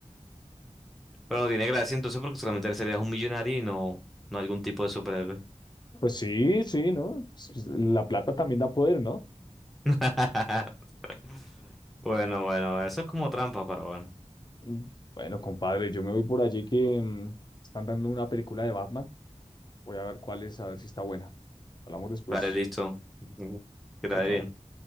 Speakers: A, in the centre; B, on the left.
A: Pero no tiene gracia entonces porque solamente serías un millonario y no, no algún tipo de superhéroe.
B: Pues sí, sí, ¿no? Pues, pues, La plata también da poder, ¿no?
A: <laughs> Bueno, bueno, eso es como trampa, pero bueno.
B: Mm, Bueno, compadre, yo me voy por allí que mm, están dando una película de Batman. Voy a ver cuál es, a ver si está buena. Hablamos después.
A: Vale, listo. Que
B: Chao,
A: te vaya
B: chao.
A: bien.